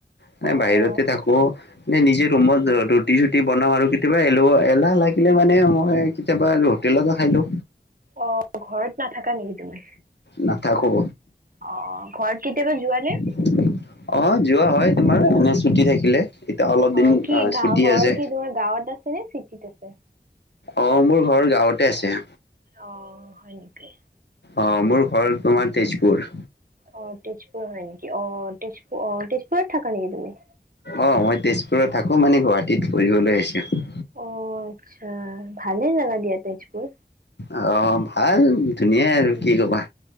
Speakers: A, on the left (about 80°); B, on the right (about 55°).
A: এনে
B: অ
A: বাহিৰতে
B: অ
A: থাকোঁ, এনে নিজে ৰুমত অ' ৰুটি-চুটি বনাও আৰু, কেতিয়াবা এলেহুৱা, এলাহ লাগিলে মানে, মই কেতিয়াবা হোটেলতো খাই দিও!
B: অ', ঘৰত নাথাকা নেকি তুমি?
A: নাথাকো।
B: অ', অ', ঘৰত কেতিয়াবা যোৱা নে?
A: অ', যোৱা হয় তোমাৰ, এনে ছুটি থাকিলে। এতিয়া অলপ
B: অ
A: দিন
B: কি
A: আহ,
B: গাঁও
A: ছুটি
B: ঘৰ
A: আছে।
B: কি তোমাৰ গাঁৱত আছ কোনে ফিকি থৈছে।
A: অ', মোৰ ঘৰ গাওঁতে আছে।
B: অ', হয় নেকি?
A: অ', মোৰ ঘৰ তোমাৰ, তেজপুৰ।
B: অ', তেজপুৰ হয় নেকি অ', তেজপুৰ অ', তেজপুৰত থাকা নেকি তুমি?
A: অ', মই তেজপুৰত থাকো মানে, গুৱাহাটীত ফুৰিবলৈ আহিছো।
B: অ', আচ্ছা ভালে জাগা দিয়া তেজপুৰ।
A: অ', ভাল ধুনীয়াই
B: উম
A: আৰু কি ক'বা।